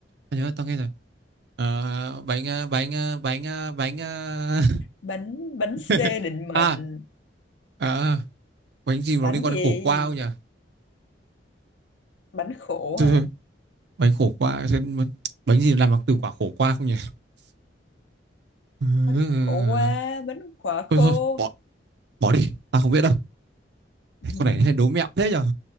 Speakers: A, on the right (about 65°); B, on the left (about 85°).
A: tao nhớ là tao nghe rồi Ờ, bánh ờ, bánh ờ, bánh ờ, bánh ờ,
B: bánh bánh C
A: <laughs>
B: định mệnh.
A: à à bánh gì mà
B: Bánh
A: nó liên quan
B: gì?
A: đến khổ qua không nhỉ
B: Bánh khổ
A: Thôi,
B: hả?
A: thôi, bánh khổ qua xem mà- bánh gì làm bằng từ quả khổ qua không nhỉ Ừ,
B: Bánh
A: ừ, ừ,
B: khổ quá,
A: ừ.
B: bánh quả khô.
A: thôi thôi bỏ bỏ đi tao không biết đâu
B: <laughs> Ừm,
A: con này hay đố mẹo thế nhở